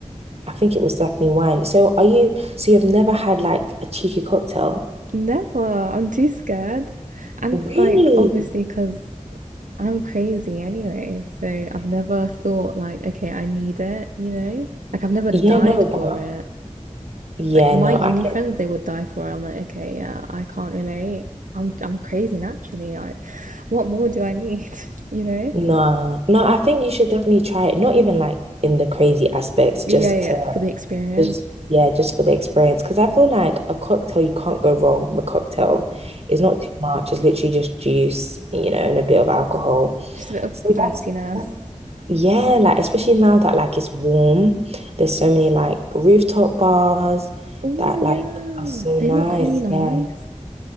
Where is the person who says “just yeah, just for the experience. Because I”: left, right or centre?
Right